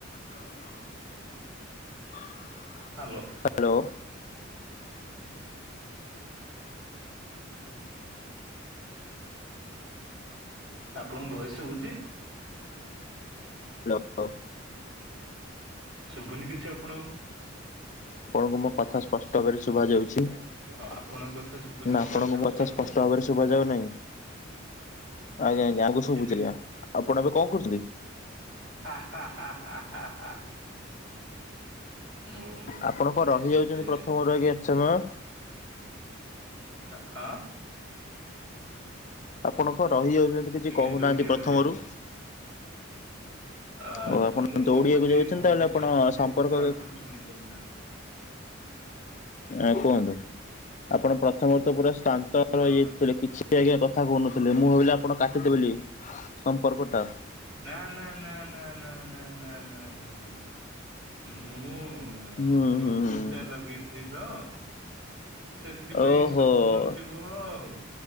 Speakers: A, on the left (about 40°); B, on the right (about 70°).
A: <unintelligible>
B: Hello.
A: Hello.
B: ଆପଣଙ୍କୁ voice ଶୁବୁଛି?
A: <inaudible>
B: ଶୁଭୁନି କିଛି ଆପଣଙ୍କୁ।
A: ଆପଣଙ୍କୁ ମୋ କଥା ସ୍ପଷ୍ଟ ଭାବରେ ଶୁଭା ଯାଉଛି। ନା
B: ହଁ ଆପଣଙ୍କ କଥା ଶୁଭୁଛି ମତେ
A: ଆପଣଙ୍କୁ ମୋ
B: ଶୁଭୁଛି
A: କଥା ସ୍ପଷ୍ଟ ଭାବରେ ଶୁଭା ଯାଉ ନାହିଁ। ଆଜ୍ଞା ଆଜ୍ଞା ଆଗ ଶୁବୁଛି
B: ଏବେ
A: ଆଜ୍ଞା ଆପଣ ଏବେ କଣ କରୁଛନ୍ତି।
B: ହା ହା ହା ହା ହା ହା। ମୁଁ
A: ଆପଣ କଣ ରହିଯାଉଛନ୍ତି
B: ଏବେ
A: ପ୍ରଥମରୁ ଆଜ୍ଞା ଏତେ ସମୟ।
B: ଏ ହ
A: ଆପଣ କଣ ରହିଯାଉଛନ୍ତି କିଛି
B: ଟିକେ
A: କହୁନାହାନ୍ତି
B: ଦୌଡିବାକୁ
A: ପ୍ରଥମରୁ।
B: ଯାଇଥିଲି ଅ
A: ଓ ଆପଣ
B: ମୁଁ
A: ଦୌଡିବାକୁ
B: କହୁଛି
A: ଯାଉଛନ୍ତି
B: ବହୁତ
A: ତାହେଲେ
B: କିଛି
A: ଆପଣ
B: କହୁଛି
A: ସମ୍ପର୍କ
B: କିନ୍ତୁ ଆପଣ ଶୁଣିପାରୁନାହାନ୍ତି।
A: ଆ କୁହନ୍ତୁ ଆପଣ ପ୍ରଥମରୁ ତ ପୁରା ଶାନ୍ତ
B: ହଁ
A: ରହିଯାଇଥିଲେ କିଛି ସେ ଆଜ୍ଞା କଥା କହୁନଥିଲେ ମୁଁ ଭାବିଲି ଆପଣ କାଟିଦେ ବୋଲି ସମ୍ପର୍କ ଟା।
B: ନା ନା ନା ନା ନା ନା ନା ନା ନା ନା ମୁଁ ହଁ
A: ହୁଁ
B: ବ୍ଲୁଟୁଥ
A: ହୁଁ ହୁଁ
B: ଟା ଲଗେଇଥିଲି ତ ସେଥିପାଇଁ
A: ଓହୋ
B: ଶୁଭୁନଥି ଥୁବ ଆଉ।